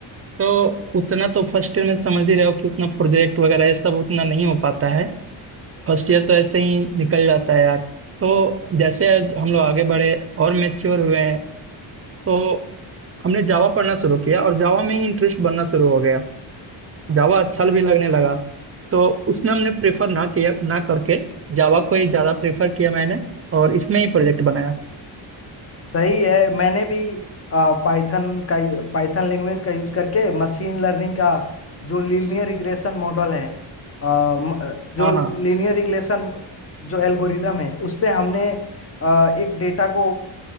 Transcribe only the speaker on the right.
तो उतना तो फर्स्ट ईयर में समझ ही रहे हो कि उतना प्रोजेक्ट वगैरह ये सब उतना नहीं हो पाता है फर्स्ट ईयर तो ऐसे ही निकल जाता है यार तो जैसे आज हम लोग आगे बढ़े और मेच्योर हुए हैं तो हमने जावा पढ़ना शुरू किया और जावा में ही इंटरेस्ट बनना शुरू हो गया जावा अच्छा भी लगने लगा तो उसमें हमने प्रेफर ना किया ना करके जावा को ही ज़्यादा प्रेफर किया मैंने और इसमें ही प्रोजेक्ट बनाया
हाँ हाँ